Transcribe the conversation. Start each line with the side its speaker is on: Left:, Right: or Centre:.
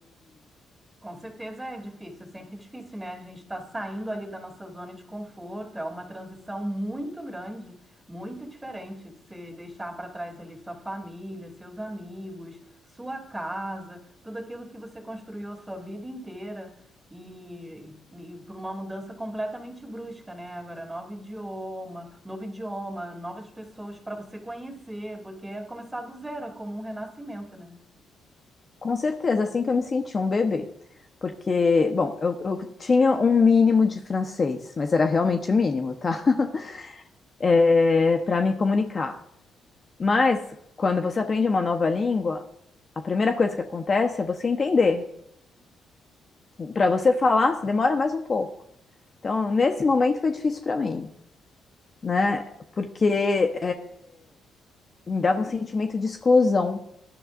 Right: Com certeza é difícil, é sempre difícil, né? A gente está saindo ali da nossa zona de conforto, é uma transição muito grande, muito diferente. Você deixar para trás ali sua família, seus amigos, sua casa, tudo aquilo que você construiu a sua vida inteira e, e, por uma mudança completamente brusca, né? Agora, novo idioma, novo idioma, novas pessoas para você conhecer, porque é começar do zero, é como um renascimento, né?
Left: Com certeza, assim que eu me senti um bebê. Porque, bom, eu, eu tinha um mínimo de francês, mas era realmente mínimo, tá? <laughs> É, para me comunicar. Mas, quando você aprende uma nova língua, a primeira coisa que acontece é você entender. Para você falar, se demora mais um pouco. Então, nesse momento foi difícil para mim, né? Porque me dava um sentimento de exclusão